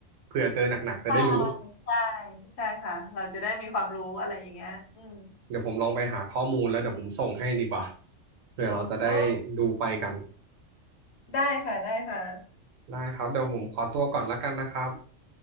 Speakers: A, on the right (about 85°); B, on the left (about 65°).
A: เผื่อเจอหนักๆจะได้รู้
B: ใช่ใช่ใช่ค่ะเราจะได้มีความรู้อะไรอย่างเงี้ยอืม
A: เดี๋ยวผมลองไปหาข้อมูลแล้วเดี๋ยวผมส่งให้ดีกว่าเผื่อเราจะได้
B: โอ้
A: ดูไปกัน
B: ได้ค่ะได้ค่ะ
A: ได้ครับเดี๋ยวผมขอตัวก่อนละกันนะครับ